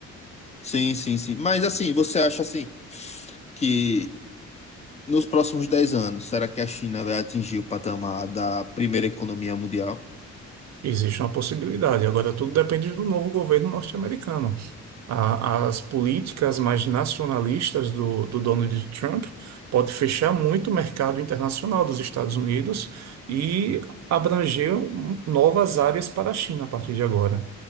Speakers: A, on the left; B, on the right.
A: sim, sim, sim. Mas, assim, você acha, assim, que nos próximos 10 anos, será que a China vai atingir o patamar da primeira economia mundial?
B: Existe uma possibilidade. Agora, tudo depende do novo governo norte-americano. A- As políticas mais nacionalistas do, do Donald Trump pode fechar muito o mercado internacional dos Estados Unidos e abranger um- novas áreas para a China a partir de agora.